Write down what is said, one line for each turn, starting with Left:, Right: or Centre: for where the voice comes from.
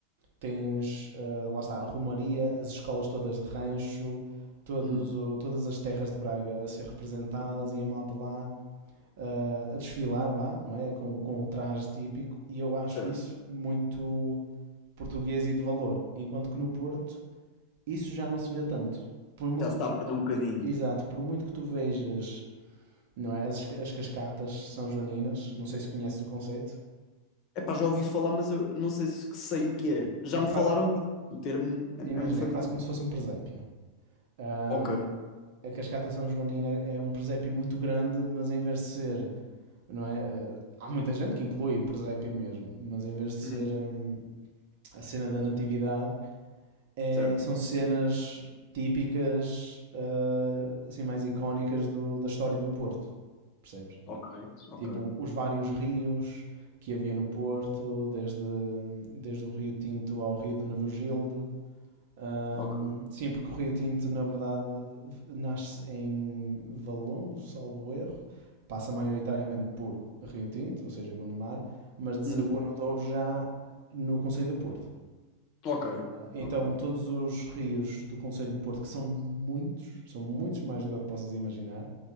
Right: tens, eh, lá está, a Romaria, as escolas todas de rancho, todos,
Left: Uhum,
Right: o- todas as terras de Braga a ser representadas e a malta lá eh, a desfilar, vá, não é? Com, com o traje típico, e eu acho
Left: certo.
Right: isso muito português e de valor, enquanto que no Porto isso já não se vê tanto. Por muito,
Left: Já se está a perder um bocadinho.
Right: exato, por muito que tu vejas, não é? As, as cascatas são joaninas, não sei se conheces o conceito.
Left: Epá, já ouvi falar, mas eu não sei se que sei o que é. Já
Right: É
Left: me falaram
Right: quase,
Left: disso. O termo
Right: imagina,
Left: é- é-me familiar.
Right: é quase como se fosse um presépio. Ahm,
Left: Ok.
Right: a cascata São Joanina é um presépio muito grande, mas em vez de ser, não é? eh, há muita gente que inclui o presépio mesmo, mas em vez de ser
Left: Uhum.
Right: hum, a cena da natividade, é-
Left: Certo.
Right: são cenas típicas, eh, assim, mais icónicas do- da história do Porto, percebes?
Left: Ok. Ok.
Right: Tipo, os vários rios que havia no Porto, desde, hum, desde o Rio Tinto ao Rio de Nevogilde, Ahm,
Left: Ok.
Right: sim, porque o Rio Tinto, na verdade, v- nasce em Valongo, salvo erro, passa maioritariamente por Rio Tinto, ou seja, Gondomar, mas desagua
Left: Uhum.
Right: no Douro já no Conselho do Porto.
Left: Ok.
Right: Então,
Left: Ok.
Right: todos os rios do Conselho do Porto, que são muitos, são muitos mais do que o que possas imaginar,